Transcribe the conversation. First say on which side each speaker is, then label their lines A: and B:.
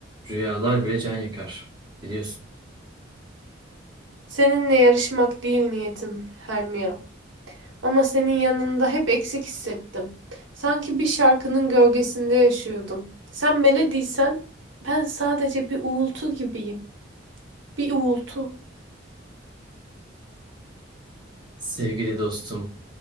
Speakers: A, on the right; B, on the right.
A: rüyalar bile can yakar. Biliyorsun.
B: Seninle yarışmak değil niyetim, Hermia. Ama senin yanında hep eksik hissettim. Sanki bir şarkının gölgesinde yaşıyordum. Sen melodiysen ben sadece bir uğultu gibiyim. Bir uğultu.
A: Sevgili dostum